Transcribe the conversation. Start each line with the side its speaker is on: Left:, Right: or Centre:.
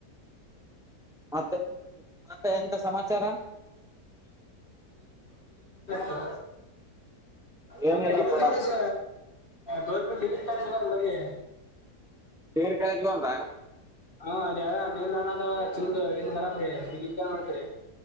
Centre: ಮತ್ತೆ ಮತ್ತೆ ಎಂತ ಸಮಾಚಾರ
Left: ಹ
Centre: ಏನಿಲ್ಲಪ್ಪ
Left: ನಂಗ degree college government degree college ಬರಿೀ
Centre: ಬೇರೆ ಕಳ ಇದಗೊಂಡ್ರ
Left: ಹಾ ಅಲ್ಲಿ ಯ ನೀಲ್ದಾಣ ಅದ ಚಿಂದ ಹನ್ ಬರಾಮ್ರೀ ಈಗಗ ಏನ್ ಮಾಡ್ತರಿ